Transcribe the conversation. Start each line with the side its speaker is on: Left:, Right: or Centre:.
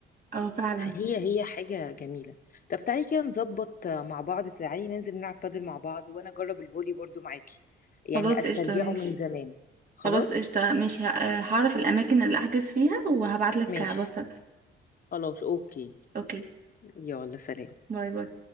Right: اه فعلا
Left: فهي هي حاجة جميلة طب تعالي كده نظبط آه، مع بعض تعالي ننزل نلعب بادل مع بعض وانا اجرب الفولي برضو معاكي يعني
Right: خلاص
Left: استرجعه
Right: قشطة ماشي
Left: من زمان خلاص
Right: خلاص قشطة ماشي ه- هعرف الاماكن اللي احجز فيها وهبعتلك
Left: ماشي
Right: على الواتساب
Left: خلاص اوكي
Right: اوكي
Left: يلا سلام
Right: باي باي